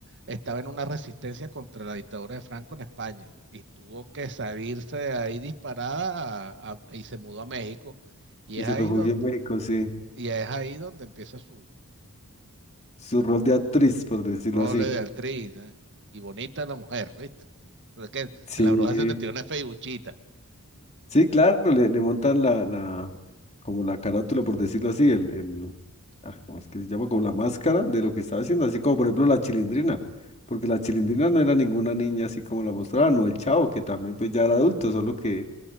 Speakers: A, on the right; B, on the left.
A: estaba en una resistencia contra la dictadura de Franco en España y tuvo que salirse de ahí disparada a- a- y se mudó a México y
B: Y
A: es
B: se
A: ahí
B: refugió
A: donde,
B: en México, sí.
A: y es ahí donde empieza su
B: Su rol de actriz, por decirlo
A: rol
B: así.
A: de actriz, ¿eh? Y bonita la mujer, ¿viste? O sea que en
B: Sí,
A: la bruja 71 es feibuchita.
B: sí, claro, le, le montan la, la, como la carátula, por decirlo así, el, el, ah, ¿cómo es que se llama? Como la máscara de lo que estaba haciendo, así como por ejemplo la Chilindrina, porque la Chilindrina no era ninguna niña así como la mostraban, o el Chavo, que también pues ya era adulto, solo que